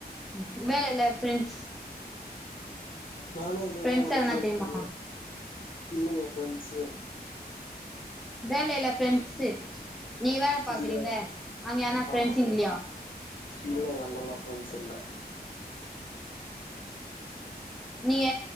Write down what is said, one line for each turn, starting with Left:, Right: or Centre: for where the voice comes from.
Centre: உஉ வேல ல ஃப்ரண்ஸ்
Left: வேல இல்லேன்னாரு
Centre: ஃப்ரெண்ட்ஸ் எதனா
Left: ஃப்ரெச்
Centre: தெரியுமா
Left: இல்ல இல்லிங்க ஃப்ரெண்ஸ்ஸு
Centre: வேலல ஃப்ரெண்ஸ்ஸு நீங்க வேல பாக்குறீங்க
Left: இல்ல
Centre: அங்க யானா ஃப்ரெண்ஸுங்
Left: ஆமா
Centre: இல்யா
Left: இல்ல அங்கல்லா ஃப்ரெண்ஸ் இல்ல
Centre: நீய